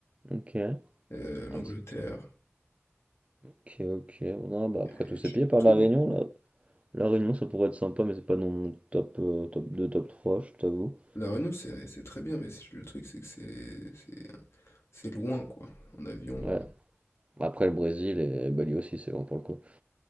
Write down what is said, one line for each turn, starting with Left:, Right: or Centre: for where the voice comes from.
Right: Ok, ouais,
Left: heu, l'Angleterre
Right: c'est- ok, ok. Non, bah après
Left: et
Right: tous ces
Left: je
Right: pays, par
Left: tourne.
Right: la Réunion, là, La Réunion, ça pourrait être sympa, mais c'est pas dans mon top, euh, top 2, top 3, je t'avoue.
Left: La Réunion, c'est c'est très bien, mais c'est le truc, c'est que c'est c'est c'est loin, quoi. En avion,
Right: Ouais.
Left: heu,
Right: Après, le Brésil et Bali aussi, c'est bon pour le coup.